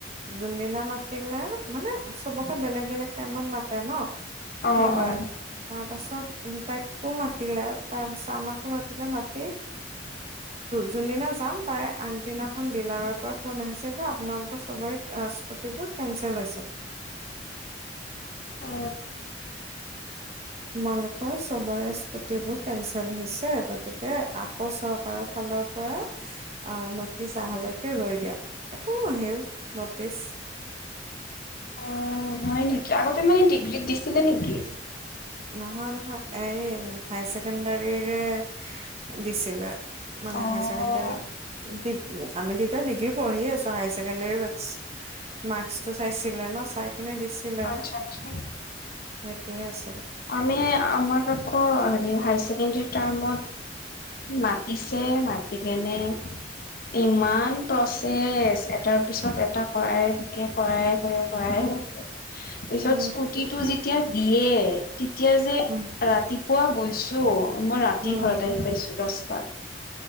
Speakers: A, on the right (about 35°); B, on the left (about 55°).
A: যোনদিনা মাতিলে মানে চবকে বেলেগ বেলেগ টাইমত মাতে ন
B: অ', অ',
A: সেইবাৰ তাৰ পাছত উ তাকো মাতিলা তাৰ শামাক ও মাতিলে মাতি যোনদিনা যাম তাই আনদিনাখন ডিলাৰৰ পৰা ফোন আহিছে যে আপোনালোকৰ চবৰে স্কুতিবোৰ কেনচেল হৈছে
B: অ
A: তোমালোকৰ চবৰে স্কুটিবোৰ কেনচেল হৈছে গতিকে আকৌ চৰকাৰৰ ফাল স্কুলৰ পৰা আহ নটিচ অহালৈকে ৰৈ দিয়া একো নাহিল নটিচ
B: অ হয় নিকি আগতে মানে ডিগ্ৰীত দিছিলে নিকি
A: নহয় নহয় তাইৰে হায়াৰ ছেকেণ্ডাৰীৰে দিছিলে মানে
B: অ',
A: হায়াৰ ছেকেণ্ডাৰী দি আমি তেতিয়া ডিগ্ৰী পঢ়িয়ে আছো হাই ছেকেণ্ডৰী মাৰ্কচ মাৰ্কচ টো চাইছিলে ন চাই সনে দিছিলে
B: আচ্ছা
A: আৰু
B: আচ্ছা।
A: সেইটোয়ে আছ
B: আমি আমাক আকৌ হেৰি হাই ছেকেণ্ডৰী টাইমত মাতিছে মাতি কেনে ইমান প্ৰচেছ এটাৰ পিছত এটা কৰাই থাকে - কৰাই থাকে - কৰাই থাকে। ত <unintelligible> পিছত
A: উম,
B: স্কুটি টো যেতিয়া দিয়ে তেতিয়া যে
A: উম,
B: ৰাতিপুৱা গৈছো অ মই ৰাতি
A: উম,
B: ঘৰত আহি পাইছো দছটাত